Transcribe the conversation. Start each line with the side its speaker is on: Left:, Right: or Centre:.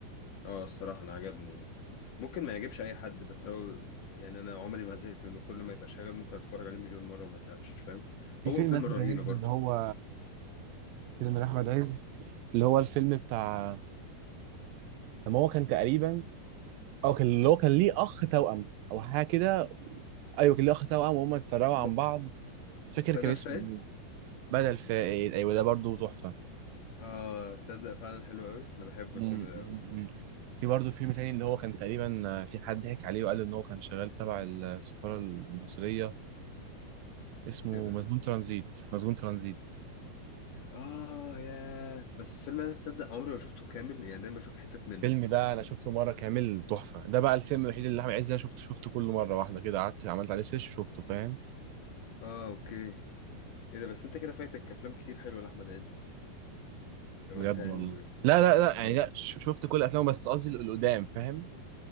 Left: اه الصراحة أنا عجبني ممكن ما يعجبش أي حد بس هو يعني أنا عمري ما زهقت منه كل ما يبقى شغال ممكن أتفرج عليه مليون مرة وما أزهقش فاهم
Right: في
Left: هو
Right: فيلم
Left: وفيلم
Right: احمد
Left: الرهينة
Right: عز
Left: برضه
Right: اللي هو فيلم احمد عز اللي هو الفيلم بتاع لما هو كان تقريبا او كان اللي هو كان ليه اخ توأم او حاجه كده ايوه كان ليه اخ توأم وهم اتفرقوا عن
Left: ب...
Right: بعض مش فاكر
Left: بدل
Right: كان اسمه
Left: فائد
Right: ايه بدل فائد ايوه ده برضه تحفه
Left: اه تصدق فعلا حلو أوي أنا بحب
Right: مم،
Left: الفيلم ده
Right: مم،
Left: أوي
Right: مم. في برضه فيلم تاني اللي هو كان تقريبا في حد ضحك عليه وقال ان هو كان شغال تبع السفاره المصريه اسمه
Left: إيه ده
Right: مسجون ترانزيت مسجون ترانزيت
Left: اه يا بس الفيلم ده تصدق عمري ما شفته كامل يعني دايما بشوف حتت منه
Right: الفيلم ده انا شفته مره كامل تحفه ده بقى الفيلم الوحيد اللي احمد عز انا شفته شفته كل مره واحده كده قعدت عملت عليه سيرش شفته فاهم
Left: اه اوكي ايه ده بس انت كده فايتك افلام كتير حلوه لاحمد عز لو
Right: بجد
Left: انت يعني
Right: والله لا لا لا
Left: اه
Right: يعني لا ش- شفت كل افلامه بس قصدي القدام فاهم